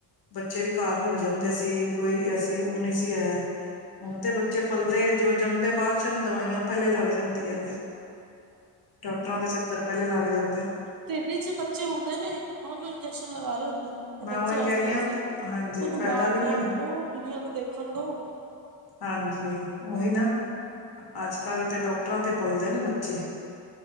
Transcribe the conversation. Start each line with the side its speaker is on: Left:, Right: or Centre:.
Left: ਬੱਚੇ ਵੀ ਘਰ ਹੀ ਹੋ ਜਾਂਦੇ ਸੀ, ਕੋਈ ਐਸੀ ਉਹ ਨਹੀਂ ਸੀ ਹੈ ਹੁਣ ਤੇ ਬੱਚੇ ਪਲਦੇ ਜੋ ਜੰਮਦੇ ਬਾਅਦ 'ਚ, ਉਹਨੂੰ ਦਵਾਈਆਂ ਪਹਿਲੇ ਲੱਗ ਜਾਂਦੀਆਂ ਨੇ। ਡੋਕਟਰਾਂ ਦੇ ਚੱਕਰ, ਪਹਿਲੇ ਲੱਗ ਜਾਂਦੇ ਨੇ।
Right: ਤੇਦੀ 'ਚ ਬੱਚੇ ਹੁੰਦੇ ਨੇ ਉਹਨੂੰ, ਇੰਜੈਕਸ਼ਨ ਲਗਾ ਰਹੇ ਹੁੰਦੇ ਨੇ। ਇਹ
Left: ਮੈਂ
Right: ਬੱਚੇ
Left: ਉਹੀ
Right: ਵਾਸਤੇ
Left: ਕਹਿ ਰਹੀ
Right: ਹੈ,
Left: ਹਾਂ
Right: ਜੀ
Left: ਹਾਂਜੀ
Right: ਉਹਨੂੰ
Left: ਪੈਦਾ
Right: ਬਾਹਰ
Left: ਵੀ ਨਹੀਂ
Right: ਤੇ ਆਉਣ
Left: ਹੁੰਦੇ।
Right: ਦੋ ਦੁਨੀਆਂ ਤੇ ਦੇਖਣ ਦੋ।
Left: ਹਾਂਜੀ ਉਹੀ ਨਾ। ਅੱਜ ਕੱਲ੍ਹ ਤੇ ਡੋਕਟਰਾਂ ਤੇ ਪਲਦੇ ਨੇ ਬੱਚੇ।